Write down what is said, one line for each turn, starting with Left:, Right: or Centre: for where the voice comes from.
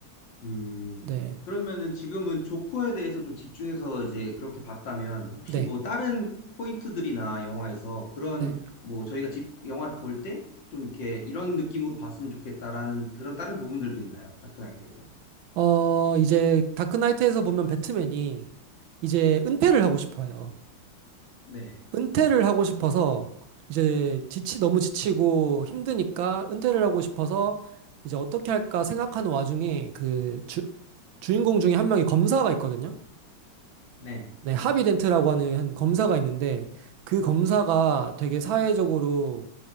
Left: 음,
Right: 네,
Left: 그러면은 지금은 조커에 대해서 좀 집중해서 이제 그렇게 봤다면 혹시
Right: 네,
Left: 뭐 다른 포인트들이나 영화에서 그런
Right: 네.
Left: 뭐 저희가 집 영화를 볼 때 좀 이렇게 이런 느낌으로 봤으면 좋겠다라는 그런 다른 부분들도 있나요? 다크나이트에서?
Right: 어, 이제 다크나이트에서 보면 배트맨이 이제 은폐를 하고 싶어요.
Left: 네,
Right: 은퇴를 하고 싶어서 이제 지치 너무 지치고 힘드니까 은퇴를 하고 싶어서 이제 어떻게 할까 생각하는 와중에 그 주, 주인공 중에 한 명이 검사가 있거든요.
Left: 네,
Right: 네, 하비덴트라고 하는 한 검사가 있는데 그 검사가 되게 사회적으로